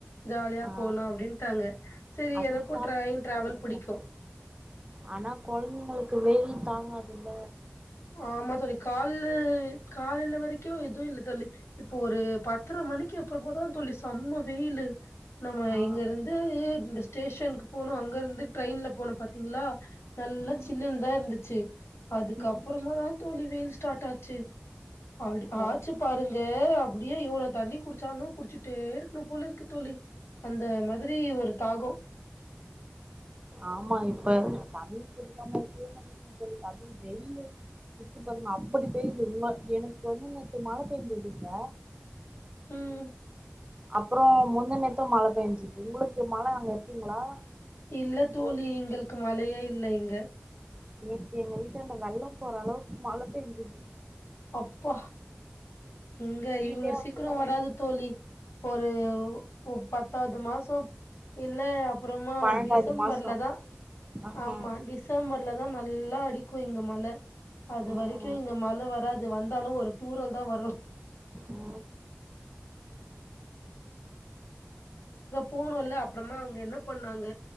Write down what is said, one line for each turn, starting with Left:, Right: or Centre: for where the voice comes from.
Left: ஜாலியா
Right: ஆ
Left: போலா அப்டின்ட்டாங்க செரி
Right: அதுவு
Left: எனக்கு
Right: ஜாலி
Left: ட்ரெயின் டிராவல்
Right: போகும்
Left: புடிக்கு
Right: ஆனா கொழந்தைங்களுக்கு வெயில் தாங்காதுல்ல
Left: ஆமா தோழி காலு காலில வரைக்கு எதுவு இல்ல தோழி இப்போ ஒரு பத்தர மணிக்கு அப்றமாதா தோழி செம்ம வெயிலு நம்ம
Right: ஆ
Left: இங்கிருந்து இந்த ஸ்டேஷனுக்கு போனு அங்க இருந்து ட்ரெயின்ல போனு பாத்தீங்ளா நல்லா
Right: ம்
Left: சில்லுன்தா இருந்து சேர் அதுக்கப்
Right: ம்
Left: தோழி வெயில் ஸ்டாட் ஆச்சு ஆடு
Right: ஓ
Left: ஆச்சு பாருங்க யே அப்டியே எவ்ளோ தண்ணி குடிச்சாலு குடிச்சுட்டே இருக்ணு போல இருக்கு தோழி அந்த மாதிரி ஒரு தாகோ
Right: ஆமா இப்ப தண்ணி குடிக்காம இருக்வே முடியாது தோழி அதுவு வெயிலு இருக்கு பாருங்க அப்டி பேய்து <unintelligible> எனக் வந்து நேத்து மழ பேஞ்சுது இங்க
Left: உம்
Right: அப்ரோ முந்த நேத்துதா மழ பெஞ்சிது உங்ளுக்கு மழ அங்க இருக்குங்களா
Left: இல்ல தோழி எங்கள்க்கு மழையே இல்ல இங்க
Right: நேத்து எங்க வீடான்ட வெள்ளோ போற அளவுக்கு மழை பெஞ்சிது
Left: அப்பா இங்க
Right: வீடே
Left: இவ்ளோ
Right: அப்பதா
Left: சீக்ரோ வராது தோழி ஒரு ஒ பத்தாவது மாசோ இல்ல அப் அப்றமா
Right: பன்னெண்டாவது
Left: டிசம்பர்ல
Right: மாசோ
Left: தா
Right: ம்
Left: ஆமா டிசம்பர் ல தா நல்லா அடிக்கு இங்க மழ அது
Right: ம்
Left: வரிக்கு இங்க மழ வராது அது வந்தாலு ஒரு தூறல் தா வரு
Right: ஓ
Left: போனுல அப்றமா அவுங்க என்ன பண்ணாங்க